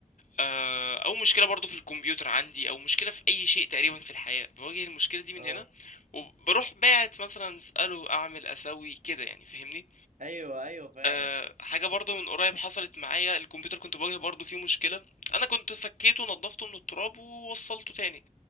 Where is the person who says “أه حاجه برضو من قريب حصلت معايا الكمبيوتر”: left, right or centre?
Left